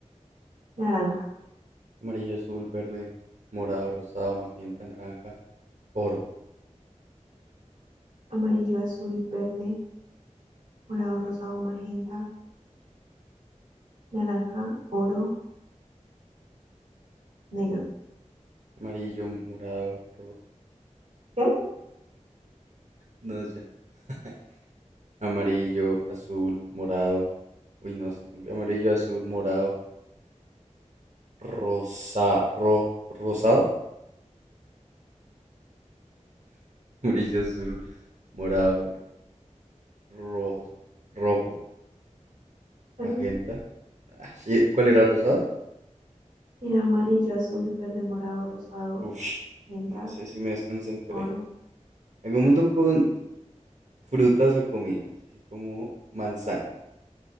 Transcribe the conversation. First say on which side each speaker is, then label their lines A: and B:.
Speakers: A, on the right (about 85°); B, on the right (about 70°).
A: naranja,
B: Amarillo, azul, verde, morado, rosado, magenta, naranja, oro.
A: amarillo, azul, verde, morado, rosado, magenta, naranja, oro, negro.
B: Amarillo, morado, ro-
A: ¿Qué?
B: no no sé. <laughs> Amarillo, azul, morado. Uy, no se me olvidó. Amarillo, azul, morado, rosa, ro- rosado. <laughs> Amarillo, azul, morado, ro- rojo,
A: ¿Perdiste?
B: magenta. Ah, sí, ¿Cuál era rosado?
A: Era amarillo, azul, verde, morado, rosado,
B: Ush,
A: magenta,
B: no sé si me desconcentré.
A: oro.
B: Algún mundo con frutas o comidas, así como manzana.